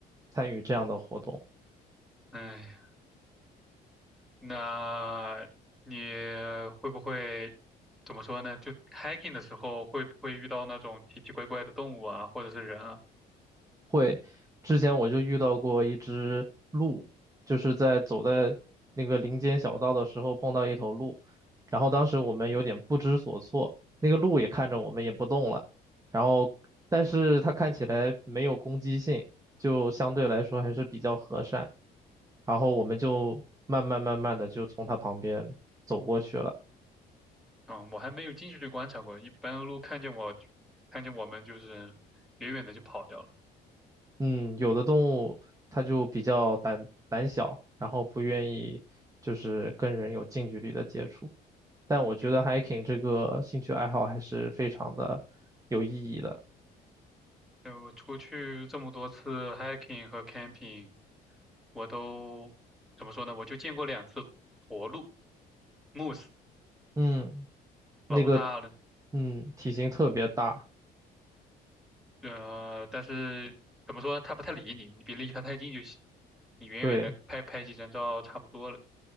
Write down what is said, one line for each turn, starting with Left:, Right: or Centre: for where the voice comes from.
Right: 参与这样的活动。
Centre: 哎，那你会不会怎么说呢？就 hiking 的时候会不会遇到那种奇奇怪怪的动物啊，或者是人啊？
Right: 会，之前我就遇到过一只鹿，就是在走在那个林间小道的时候碰到一头鹿，然后当时我们有点不知所措，那个鹿也看着我们也不动了，然后但是它看起来没有攻击性，就相对来说还是比较和善，然后我们就慢慢慢慢的就从它旁边走过去了。
Centre: 嗯，我还没有近距离观察过，一般鹿看见我，看见我们就是远远的就跑掉了。
Right: 嗯，有的动物它就比较胆胆小，然后不愿意就是跟人有近距离的接触。但我觉得
Centre: 嗯，
Right: hiking 这个兴趣爱好还是非常的有意义的。
Centre: 对，我出去这么多次 hiking 和 camping，我都怎么说呢？我就见过两次驼鹿 moose，
Right: 嗯，
Centre: 老大了，
Right: 那个，嗯，体型特别大，
Centre: 呃，但是怎么说呢？它不太理你，你别离它太近就行，你远远的拍拍几张照差不多了。
Right: 对，